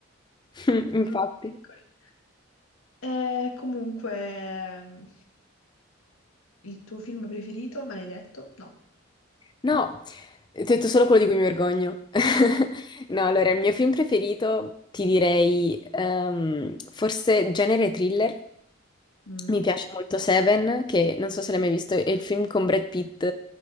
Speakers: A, on the left; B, on the left.
A: <laughs> Infatti.
B: eravamo piccoli. E comunque, mm, il tuo film preferito, me l'hai detto? No.
A: No, ti ho detto solo quello di cui mi vergogno. <laughs>
B: Mm.
A: No, allora, il mio film preferito ti direi ehm, forse genere thriller.
B: Mm.
A: Mi piace molto Seven, che non so se l'hai mai visto, è il film con Brad Pitt,